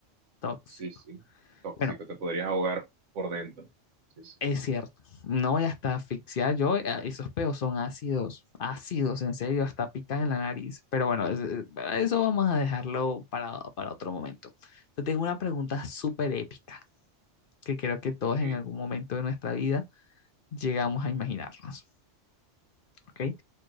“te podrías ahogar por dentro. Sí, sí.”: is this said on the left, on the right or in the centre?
Right